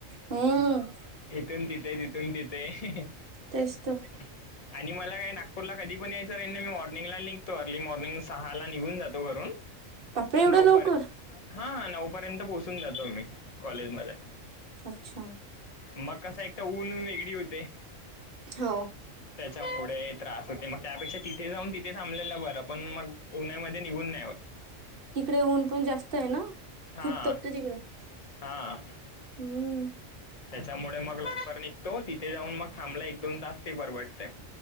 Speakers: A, on the right; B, on the left.
A: हम्म
B: इथून तिथे तिथून तथे
A: तेसत
B: <unintelligible> आणि मला काय नागपूरला कधी पण यायंही ना मी मॉर्निंगला नििघतो अर्ली मॉर्निंग सहा ला निघून जातो घरून
A: बापरे एवढं
B: नऊ
A: लवकर
B: पर् हाा नऊ पर्यंत पोहोचून जातो मी कॉलेज मध्ये
A: अच्छा
B: मग कस एक तर ऊन वेगळी होते
A: हो
B: त्याच्यामुळे त्रास होते मग त्यापेक्षा तिथे जाऊन त ते थांबलेलं बरं पण मग उन्हामध्ये निघून नाही आ
A: तिकडे ऊन पण जास्त आहे ना
B: हां
A: खूप तपत तिकडे
B: हां
A: हम्म
B: त्याच्यामुळे मग लॉकर निघतो तिथे जाऊन मग थांबला एक दोन तास ते परवडते